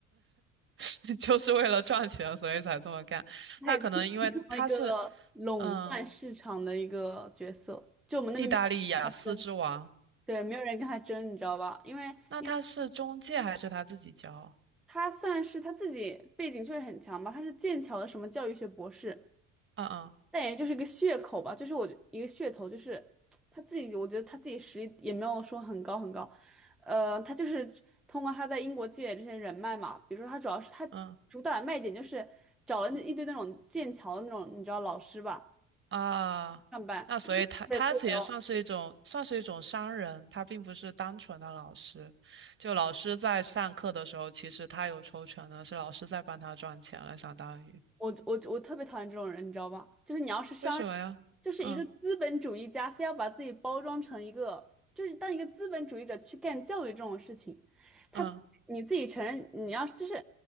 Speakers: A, on the right; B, in the centre.
A: <laughs> 就是为了赚钱，所以才这么干。
B: 他已经形成了一个垄断市场的一个角色，
A: 那可能因为他是嗯
B: 就我们那边没有人跟他争，
A: 意大利雅思之王，
B: 对，没有人跟他争，你知道吧？因为因为
A: 那他是中介还是他自己教？
B: 他算是他自己背景确实很强吧，他是剑桥的什么教育学博士。
A: 嗯嗯
B: 但也就是一个噱口吧，就是我一个噱头，就是他自己，我觉得他自己实力也没有说很高很高，呃，他就是通过他在英国积累这些人脉嘛，比如说他主要是他主打的卖点就是找了那一堆那种剑桥的那种你知道老师吧
A: 嗯。啊，
B: 上班，
A: 那所以他他其实算是一种算是一种商人，
B: 对，雇聊
A: 他并不是单纯的老师。就老师在上课的时候，其实他有抽成的，是老师在帮他赚钱了，相当于。
B: 我我我特别讨厌这种人，你知道吧？就是你要是商。
A: 为什么呀？
B: 就是一个资本主义家非要把自己包装成一个，
A: 嗯
B: 就是当一个资本主义者去干教育这种事情，他你自己承认，
A: 嗯
B: 你要就是，